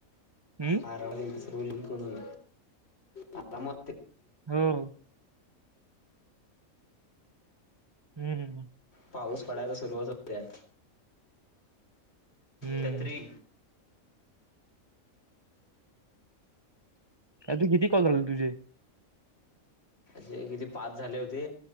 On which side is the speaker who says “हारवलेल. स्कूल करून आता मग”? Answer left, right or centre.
Left